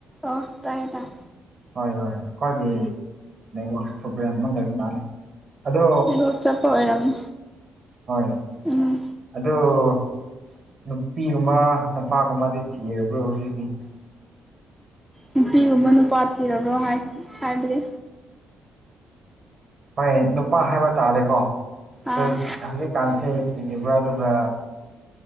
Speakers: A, in the centre; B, on the right.
A: ꯑꫭ ꯇꯥꯏꯌꯦ ꯇꯥꯏ
B: ꯍꯣꯏ ꯍꯣꯏ ꯑꯩꯈꯣꯏꯒꯤ ꯅꯦꯠꯋꯥꯛ ꯄ꯭ꯔꯣꯕ꯭ꯂꯦꯝ ꯑꯃ ꯂꯩꯕ ꯃꯥꯜꯂꯦ ꯑꯗꯣ
A: ꯑꯗꫭ ꯆꯠꯄ ꯑꯣꯏꯔꯝꯅꯤ
B: ꯍꯣꯏ
A: ꯎꯝ
B: ꯑꯗꫭ ꯅꯨꯄꯤꯒꯨꯝꯕ ꯅꯨꯄꯥꯒꯨꯝꯕꯗꯤ ꯊꯤꯔꯕ꯭ꯔꯣ ꯍꯧꯖꯤꯛꯇꯤ
A: ꯅꯨꯄꯤꯒꯨꯝꯕ ꯅꯨꯄꯥ ꯊꯤꯔꯕ꯭ꯔꯣ ꯍꯥꯏ ꯍꯥꯏꯕꯗꯤ
B: ꯍꯣꯏ ꯅꯨꯄꯥ ꯍꯥꯏꯕ ꯇꯥꯔꯦꯀꯣ
A: ꯑꯥ
B: ꯑꯗꯨ ꯍꯧꯖꯤꯛꯀꯥꯟꯁꯦ ꯊꯤꯗꯤꯕ꯭ꯔꯥ ꯑꯗꯨꯒ